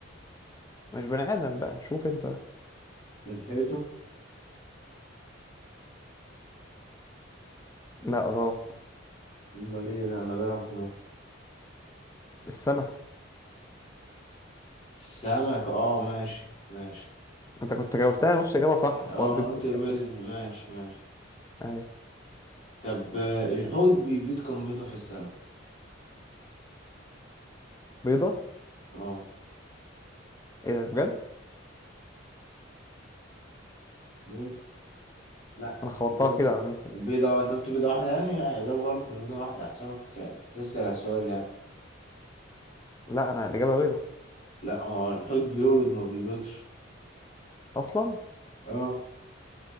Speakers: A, on the left (about 15°); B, on the left (about 35°).
A: مش بني آدم بقى شوف أنت
B: من حيطة
A: لا غلط
B: ومليانة مجرة
A: السمكة
B: سمك اه ماشي ماشي
A: انت كنت جاوبتها نص اجابة صح
B: اه
A: حوار بيض
B: انا قلت
A: السمكة
B: بس-
A: دي.
B: ماشي ماشي
A: اهي
B: طب آه، الحوت بيبيض كام بيضة في السنة؟
A: بيضة
B: اه
A: ايه ده بجد
B: بيض؟ لا
A: انا خبطتها
B: انت قلت
A: كده عامة
B: بيضة انت قلت بيضة واحدة يعني؟ لا هي إجابة غلط مش بيضة واحدة على حسابك بتسأل على السؤال يعني
A: لا انا الاجابة بيضة
B: لا هو الحوت بيولد ما بيبيضش
A: اصلا
B: اه